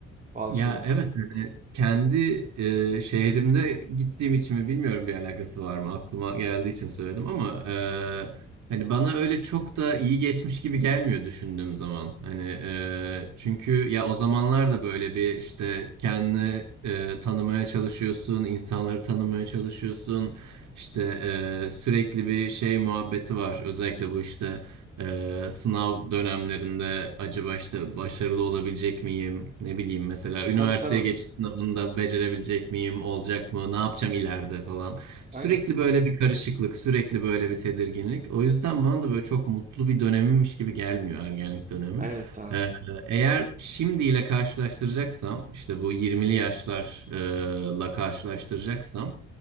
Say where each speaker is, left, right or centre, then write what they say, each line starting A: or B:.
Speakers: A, on the right (about 25°); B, on the right (about 70°).
A: Bazı
B: Ya
A: şeyler.
B: evet yani kendi e, şehrimde gittiğim için mi bilmiyorum bir alakası var mı aklıma geldiği için söyledim ama e, hani bana öyle çok da iyi geçmiş gibi gelmiyor düşündüğüm zaman hani e, çünkü ya o zamanlar da böyle bir işte kendini e, tanımaya çalışıyorsun insanları tanımaya çalışıyorsun işte e, sürekli bir şey muhabbeti var özellikle bu işte. Ee, sınav dönemlerinde acaba işte başarılı olabilecek miyim? Ne bileyim mesela üniversiteye
A: Tabii tabii.
B: geçiş sınavında becerebilecek miyim? Olacak mı? Ne yapacağım ileride falan. Sürekli
A: Aynen.
B: böyle bir karışıklık, sürekli böyle bir tedirginlik. O yüzden bana da böyle çok mutlu bir dönemimmiş gibi gelmiyor ergenlik dönemi.
A: Evet abi.
B: Ee, eğer şimdiyle karşılaştıracaksam işte bu 20'li yaşlarla karşılaştıracaksam